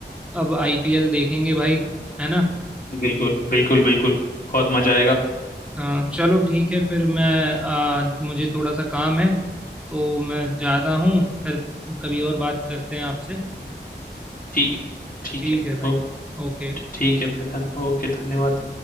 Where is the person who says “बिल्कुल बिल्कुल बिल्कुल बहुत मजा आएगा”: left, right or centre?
Left